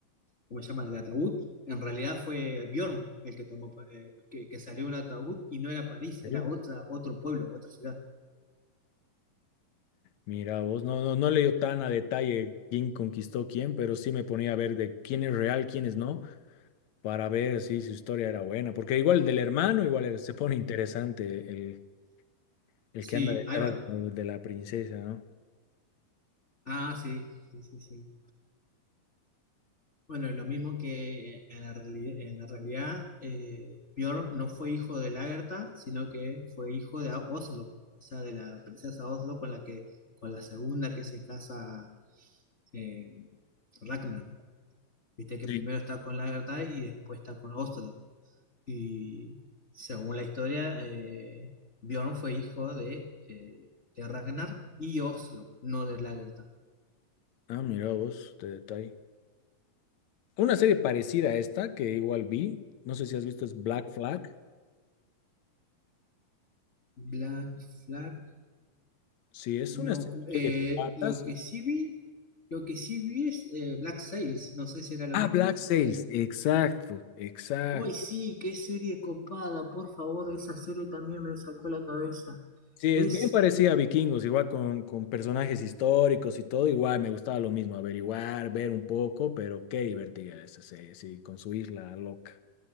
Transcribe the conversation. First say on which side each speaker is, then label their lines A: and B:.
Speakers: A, on the left; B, on the left.
A: ¿cómo se llama?, del ataúd, en realidad fue Bjorn el que tomó, Pa- eh, que, que salió de un ataúd y no era París,
B: Sí.
A: era otra, otro pueblo, otra ciudad.
B: Mira vos, no, no, no leyó tan a detalle quién conquistó quién, pero sí me ponía a ver de quién es real, quién es no, para ver si su historia era buena. Porque igual del hermano, igual era- se pone interesante el, el
A: Sí,
B: que anda detrás
A: Ivar.
B: ¿no?, de la princesa, ¿no?
A: Ah, sí, sí, sí, sí. Bueno, lo mismo que en la, reali- en la realidad, eh, Björn no fue hijo de Lagertha, sino que fue hijo de Oslo, o sea, de la princesa Oslo con la que, con la segunda que se casa eh, Ragnar. Viste que
B: Sí.
A: primero está con Lagertha y después está con Oslo. Y según la historia, eh, Björn fue hijo de, eh, de Ragnar y Oslo, no de Lagertha.
B: Ah, mira vos, de detalle. Una serie parecida a esta que igual vi, no sé si has visto, es Black Flag.
A: Black Flag
B: Sí, es
A: No,
B: una serie igual
A: eh,
B: de patas.
A: lo que sí vi, lo que sí vi es eh, Black Sails, no sé si era lo
B: Ah,
A: mismo.
B: Black Sails,
A: El...
B: exacto, exacto.
A: ¡Ay, sí! ¡Qué serie copada! Por favor, esa serie también me sacó la cabeza.
B: Sí,
A: Es,
B: es bien parecida a Vikingos, igual con, con personajes históricos y todo, igual me gustaba lo mismo, averiguar, ver un poco, pero qué divertida esa serie, sí, con su isla loca.